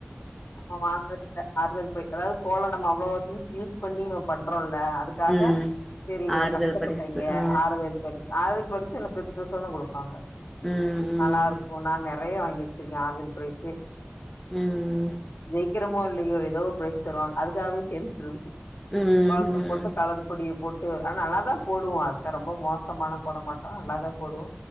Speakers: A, on the left; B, in the centre.
A: நம்ம வாங்கறத்தில்ல ஆறுதல் ப்பிரை அதாது கோலே நம்ம அவ்ளோ திங்ஸ் யூஸ் பண்ணி நம்ம பண்றோம்ல்ல அதுக் அதுக்காக
B: ம்
A: செரி இவ்ளோ
B: ஆறுதல்
A: கஷ்டப்பட்டாங்க
B: பரிசு ஆ
A: ஆறுதல் சொரி அது பெர்சில்ல பெருஸ் பெருசதா குடுப்பாங்க
B: ம் ம்
A: நல்லா இருக்கோ நா நெறய வாங்கி வச்சிருக்கே ஆறுதல் ப்ரைஸே
B: ம் ம்
A: ஜெய்க்ரமோ இல்லயோ ஏதோ ப்ரைஸ் தருவாங்க அதுக்காகவே சேர்ந்துக்கிறது
B: ம்
A: பாக்கு
B: ம்
A: போட்டு கலர் பொடியூ போட்டு ஆனா நல்லாதா போடுவோ அதுக்க ரொம்ப மோசமாலா போட மாட்டோ நல்லாதா போடுவோ